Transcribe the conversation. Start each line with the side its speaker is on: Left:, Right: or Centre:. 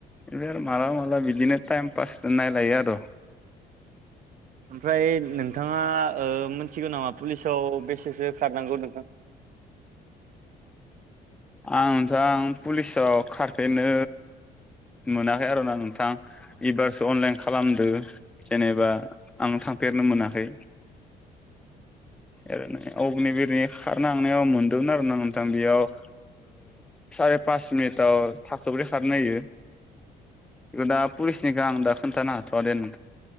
Centre: बे आरो मालाबा मालाबा बिदिनो टाइम पास नालायो आरो।
Right: ओमफ्राय नोंथाङा मिथिगौ नामा पुलिसाव बेसेसो खारनांगौ नोंथां।
Centre: आं नोंथां पुलिसाव खारफेरनो मोनाखै आरोना नोंथां। एबारसो अनलाइन खालामदो जेनेबा आं थांफेरनो मोनाखै। ओरैनो अग्नि बिरनि खारनो थांनायाव मोनदोंमोन आरो ना नोंथां बेयावो साराय पास मिनिटाव थाखोब्रै खारनो होयो। बेखौ दा पुलिसनिखौ आं दा खिनथानो हाथ'वा दे।